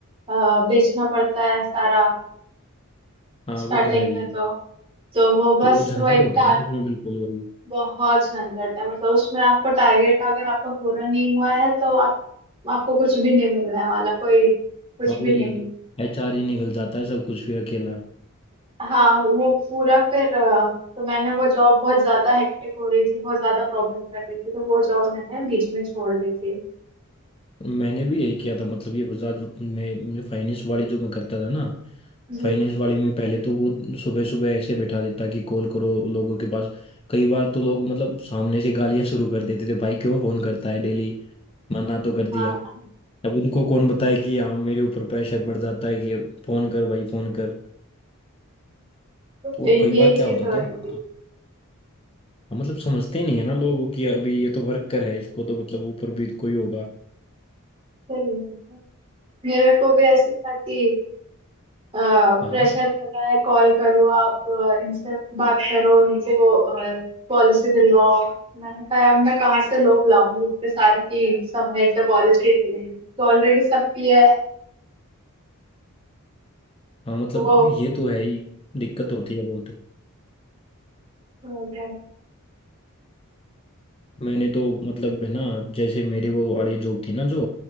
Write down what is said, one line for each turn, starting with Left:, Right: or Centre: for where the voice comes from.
Right: अ, बेचना पड़ता है सारा
Left: हाँ
Right: स्टार्टिंग
Left: वो तो है ही
Right: में तो तो वो
Left: तो
Right: बस
Left: झंझट
Right: वो एक
Left: होता
Right: टा
Left: है ना उसमें बिल्कुल वही
Right: बहुत झंझट है मतलब उसमें आपको टारगेट अगर आपका पूरा नहीं हुआ है तो आप आपको कुछ भी नहीं मिलने वाला कोई कुछ
Left: हाँ
Right: भी
Left: वही
Right: नहीं
Left: एच आर ही निकल जाता है सब कुछ फिर अकेला
Right: हाँ वो पूरा फिर अ, तो मैंने वो जॉब बहुत ज्यादा हेक्टिक हो रही थी बहुत ज्यादा प्रॉब्लम कर रही थी तो वो जॉब मैंने बीच में छोड़ दी थी
Left: मैंने भी यही किया था मतलब ये बजाज में मुझे फाइनेंस वाली जो मैं करता था ना
Right: जी
Left: फाइनेंस वाली में पहले तो वो सुबह सुबह ऐसे बैठा देता कि कॉल करो लोगों के पास कई बार तो लोग मतलब सामने से गालियां शुरू कर देते थे भाई क्यों फोन करता है डेली मना तो कर दिया
Right: हाँ
Left: अब उनको कौन बताए कि हाँ मेरे ऊपर प्रेशर पड़ जाता है कि फोन कर भाई फोन कर
Right: तो
Left: तो और
Right: यही
Left: कई बार क्या
Right: चीज
Left: होता
Right: हो रही
Left: था ना
Right: थी
Left: हाँ, मतलब समझते नहीं है ना लोग कि अभी ये तो वर्कर है इसको तो मतलब ऊपर भी कोई होगा
Right: सही है। मेरे को भी ऐसी था कि प्रेशर
Left: हाँ
Right: पड़ रहा है कॉल करो आप अ, इनसे बात करो इनसे पॉलिसी दिलवाओ मैंने कहा अब मैं कहाँ से लोग लाऊंगी इतने सारे की सब मेरे से पॉलिसी ले लेंगे तो ऑलरेडी सब किया है
Left: हाँ मतलब
Right: तो वो
Left: ये तो है ही दिक्कत होती है बहुत
Right: वो क्या-
Left: मैंने तो मतलब है ना जैसे मेरी वो वाली जॉब थी ना जो